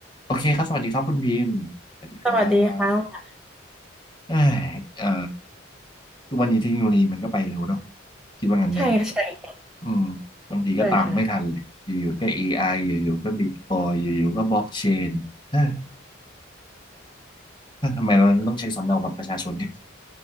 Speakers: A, on the left; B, in the centre.
A: โอเคครับสวัสดีครับคุณบีมสวัสดีครั
B: สวัสดีค่ะ
A: บเอ้ยเอ่อทุกวันนี้เทคโนโลยีมันก็ไปเร็วเนาะคิดว่างั้นไหมครับ
B: ใช่ค่ะใช่
A: อืมบางทีก็ตามไม่ทันเลย
B: ด้วยค่ะ
A: อยู่ๆก็ AI อไออยู่ๆก็บิตคอยอยู่ๆก็บล็อกเชนเอ้ยทำไมเราต้องใช้สำเนาบัตรประชาชนเนี่ย